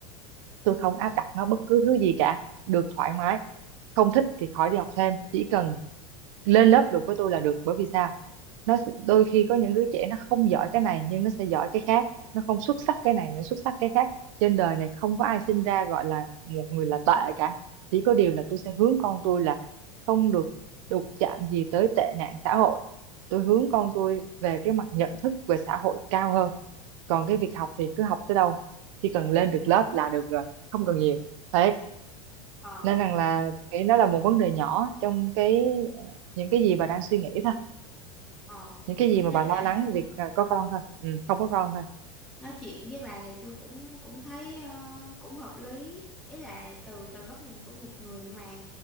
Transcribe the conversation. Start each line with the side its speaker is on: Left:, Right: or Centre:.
Right: tôi
Centre: ừ
Right: không áp đặt nó bất cứ thứ gì cả được thoải mái không thích thì khỏi đi học thêm chỉ cần lên lớp được với tôi là được bởi vì sao nó sẽ- đôi khi có những đứa trẻ nó không giỏi cái này nhưng nó sẽ giỏi cái khác nó không xuất sắc cái này nó xuất sắc cái khác trên đời này không có ai sinh ra gọi là một người là tệ cả chỉ có điều là tôi sẽ hướng con tôi là không được đụng chạm gì tới tệ nạn xã hội tôi hướng con tôi về cái mặt nhận thức về xã hội cao hơn còn cái việc học thì cứ học tới đâu chỉ cần lên được lớp là được rồi không cần nhiều thế
Centre: ờ
Right: nên rằng là nghĩ nó là một vấn đề nhỏ trong cái ờ, những cái gì bà đang suy nghĩ thôi
Centre: ờ
Right: những cái gì
Centre: tính
Right: mà
Centre: ra
Right: bà lo lắng việc ờ, có con thôi ừ, không có con thôi
Centre: nói chuyện với bà thì tôi cũng cũng thấy ờ, cũng hợp lý ý là từ từ góc nhìn của một người mà